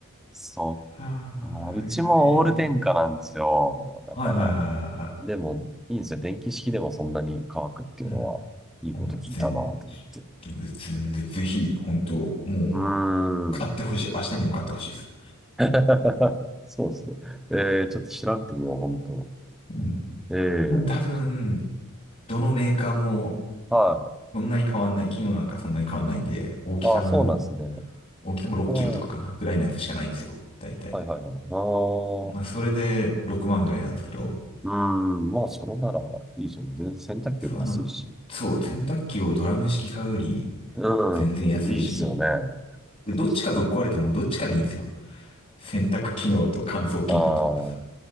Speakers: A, in the centre; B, on the left.
A: そっか。
B: ああ、
A: うちもオール電化なんですよ。
B: あれがね。
A: だから、
B: はいはいはいはいは
A: でも、いいんですよ。電気式でもそんなに乾くっていうのは、
B: い。うん。
A: いいこと聞いたなと思って。
B: もう全全然、全然、ぜひ、本当もう、
A: うー
B: 買ってほしい。
A: ん。
B: 明日にも買ってほしいです。
A: <laughs> そうですね。えー、ちょっと調べてみよう、本当。
B: うん。
A: ええ、
B: なんか多分、どのメーカーも
A: はい。
B: そんなに変わんない。機能なんかそんなに変わんないんで、大きさも、
A: ああ、そうなんですね。
B: 大きさも6キロとかかな、
A: うん。は
B: ぐらいのやつしかないんですよ。大体。
A: いはいはい。ああ、
B: まあ、それで6万ぐらいなんですけど、
A: うん。まあ、それならいいですよね。全然洗濯機より安いし。
B: そう、あの、そう、洗濯機をドラム式買うより
A: うん。うん。
B: 全然安いし、
A: いいですよね。
B: どっちかぶっ壊れてもどっちかでいいんですよ。
A: 確かに。
B: 洗濯機能と乾燥機能と。
A: ああ、